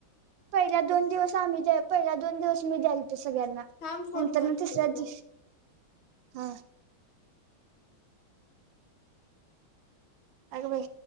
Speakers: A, on the right; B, on the left.
A: पहिला दोन दिवस आम्ही द्या, पहिला दोन दिवस मी द्यालतो सगळ्यांना.
B: थांब फोन
A: नंतर
B: करतो
A: मग तिसऱ्या
B: तुला
A: दिवशी, हा. अग बाई!